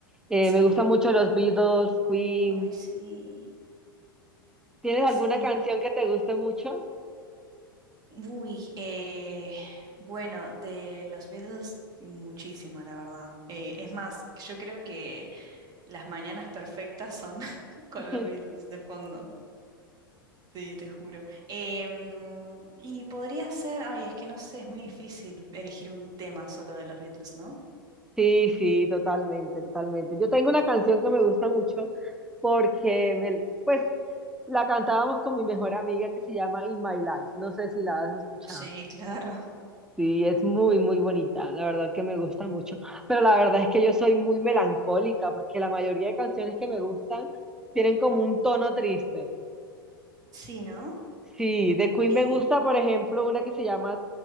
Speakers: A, in the centre; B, on the right.
A: Eh,
B: sí.
A: me gustan mucho los Beatles, Queen.
B: Uy, sí,
A: ¿Tienes alguna
B: sí.
A: canción que te guste mucho?
B: Uy, eh, bueno, de los Beatles muchísimo, la verdad. Eh, es más, yo creo que las mañanas perfectas son <laughs> con
A: <laughs>
B: los Beatles de fondo. Sí, te juro. Em, y podría ser, ay, es que no sé, es muy difícil elegir un tema solo de los Beatles, ¿no?
A: Sí, sí, totalmente, totalmente. Yo tengo una canción que me gusta mucho porque me, pues La cantábamos con mi mejor amiga que se llama In My Life. No sé si la has escuchado.
B: Sí, claro.
A: Sí, es muy, muy bonita, la verdad que me gusta mucho, pero la verdad es que yo soy muy melancólica porque la mayoría de canciones que me gustan tienen como un tono triste.
B: Sí, ¿no?
A: Sí, de Queen
B: Y,
A: me gusta, por ejemplo, una que se llama